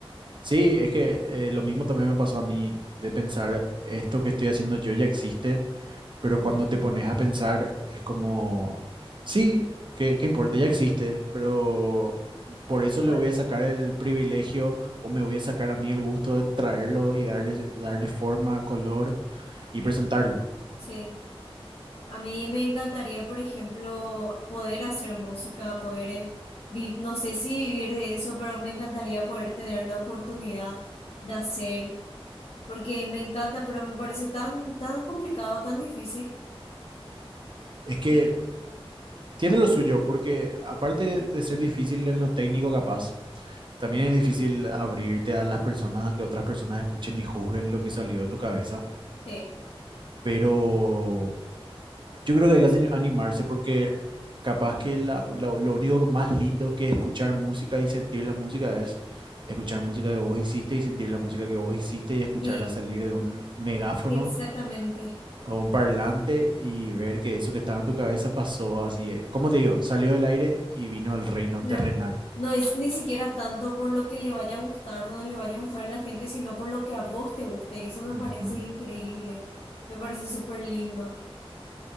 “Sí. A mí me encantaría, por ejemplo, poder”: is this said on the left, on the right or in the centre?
Left